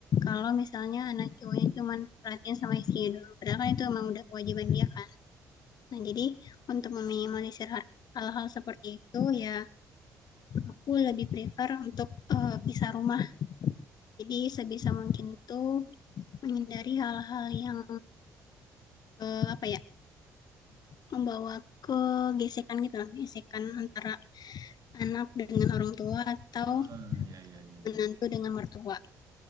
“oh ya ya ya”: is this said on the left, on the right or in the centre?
Right